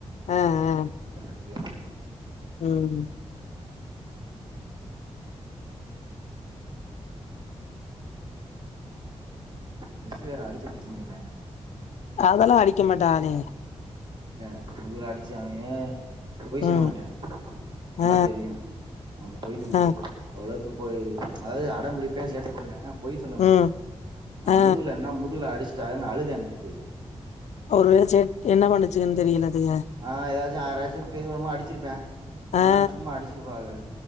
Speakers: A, on the left; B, on the right.
A: அ அ
B: <inaudible> உள்ள
A: ம்
B: மிஸ்சு வேற அடிச்சு புடிச்சின் சொன்னே
A: அதெல்லா அடிக்க மாட்டாகளே
B: இல்ல முதுகுல அடிச்சாங்கே பொய் சொல்ல
A: ம்
B: மாட்டே நல்லா
A: அ
B: தெரியு அவ பொய் சொல்றது
A: அ
B: அவ்ளக்கு பொய் அதாது அடம்பிடிப்பே சேட்ட பண்ணுவே பொய் சொல்ல மாட்டே
A: ம்
B: ஆ
A: அ
B: முதுகுல என்ன முதுல அடிச் சிட்டாங்கன் அழுதே நேத்து
A: ஒருவே சேட் என்ன பண்ணுச்சுங்கனு தெரியல அதுக
B: ஆ எதா யாரயாச்சி தீவிரமா அடிச்சிருப்பே இல்லனா
A: அ
B: சும்மா அடிச்சிருப்பாக